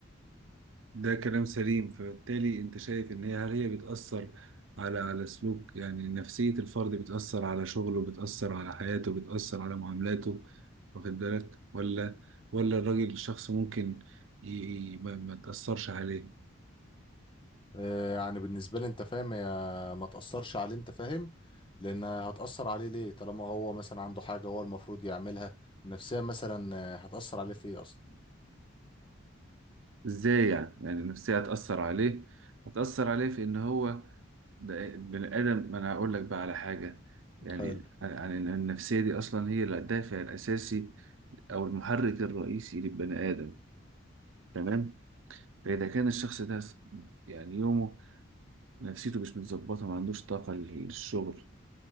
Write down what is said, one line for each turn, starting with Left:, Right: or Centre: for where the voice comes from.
Right: ده كلام سليم فبالتالي انت شايف ان هي هل هي بتأثر على على سلوك يعني نفسية الفرد بتأثر على شغله بتأثر على حياته بتأثر على معاملاته واخد بالك ولا ولا الراجل الشخص ممكن ي... ي- ما... ما تأثرش عليه
Left: آه، يعني بالنسبة لي انت فاهم هي ما تأثرش عليه انت فاهم لأن هتأثر عليه ليه طالما هو مثلا عنده حاجة هو المفروض يعملها النفسية مثلا آه، هتأثر عليه في ايه أصلا
Right: ازاي يعني يعني النفسية هتأثر عليه هتأثر عليه في ان هو ده بني آدم ما انا هقول لك بقى على حاجة يعني
Left: حلو
Right: عن عن إن النفسية دي اصلا هي الدافع الاساسي او المحرك الرئيسي للبني آدم تمام فاذا كان الشخص ده س- يعني يومه نفسيته مش متظبطة ما عندوش طاقة للشغل